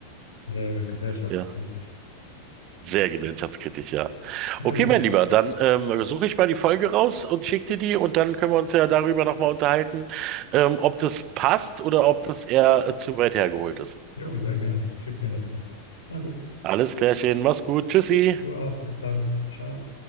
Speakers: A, on the left; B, on the right.
A: Sehr gesellschaftskritisch.
B: Ja. Sehr gesellschaftskritisch, ja.
A: Na
B: Okay,
A: gut.
B: mein Lieber, dann ähm, suche ich mal die Folge raus und schicke dir die und dann können wir uns ja darüber nochmal unterhalten, ähm, ob das passt oder ob das eher äh, zu weit hergeholt ist.
A: Jo, sehr gerne. Schick mir das mal. Na gut.
B: Alles klärchen, mach's gut, tschüssi.
A: Du auch. Bis dann. Ciao.